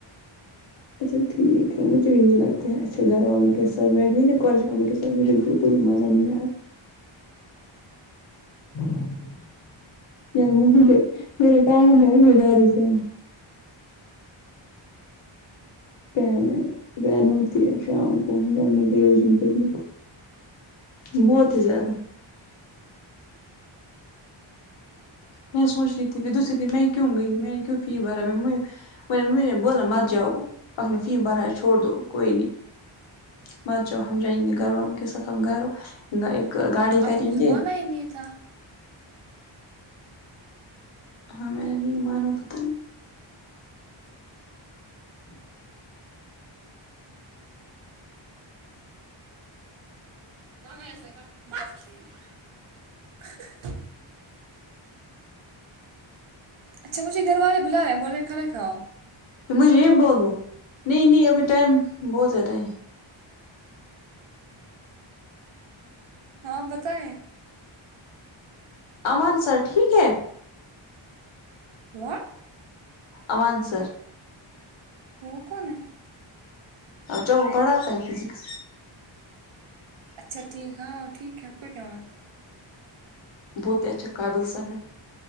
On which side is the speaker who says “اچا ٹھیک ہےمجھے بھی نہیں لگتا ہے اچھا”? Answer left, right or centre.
Left